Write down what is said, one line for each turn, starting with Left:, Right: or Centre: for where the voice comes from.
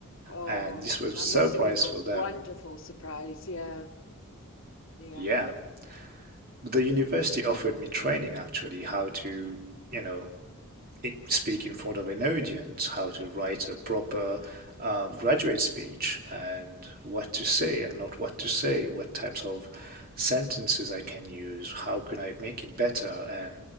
Left: Oh,
Right: and this was
Left: that
Right: a surprise
Left: must have been a
Right: for
Left: wonderful
Right: them.
Left: surprise. Yeah, yeah.
Right: Yeah, the university offered me training actually, how to, you know, speak in front of an audience, how to write a proper uh, graduate speech, and what to say and not what to say, what types of sentences I can use, how can I make it better, and